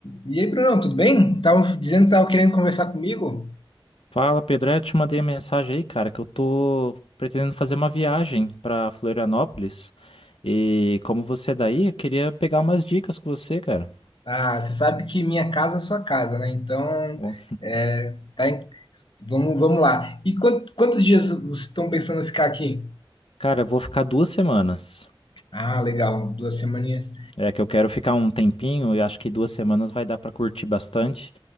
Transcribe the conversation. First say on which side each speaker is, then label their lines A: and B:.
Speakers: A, on the left; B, on the left.
A: E aí, Bruno, tudo bem? Estavam dizendo que estavam querendo conversar comigo.
B: Fala, Pedro. É, eu te mandei mensagem aí, cara, que eu tô pretendendo fazer uma viagem pra Florianópolis. E como você é daí, eu queria pegar umas dicas com você, cara.
A: Ah, você sabe que minha casa é sua casa, né? Então,
B: Ó,
A: é, tá em- vamos, vamos lá. E quant- quantos dias vocês estão pensando em ficar aqui?
B: Cara, eu vou ficar duas semanas.
A: Ah, legal, duas semaninhas.
B: É que eu quero ficar um tempinho e acho que duas semanas vai dar pra curtir bastante.